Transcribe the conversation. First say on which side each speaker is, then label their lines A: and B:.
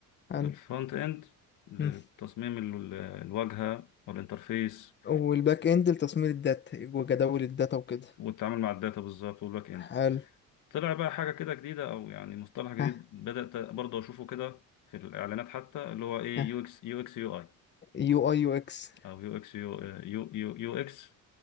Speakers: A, on the left (about 30°); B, on the left (about 60°).
A: حلو
B: الفرونت إند لتصميم
A: مم.
B: ال- الواجهة والإنترفيس
A: والباك اند لتصميم الداتا وجداول الداتا وكده
B: والتعامل مع الداتا بالظبط والباك اند
A: حلو
B: طلع بقى حاجه كده جديده او يعني مصطلح جديد
A: ها
B: بدات برضه اشوفه كده في الاعلانات حتى اللي هو ايه
A: ها
B: يو اكس يو اكس يو اي
A: يو اي يو اكس
B: او يو اكس يو يو يو يو اكس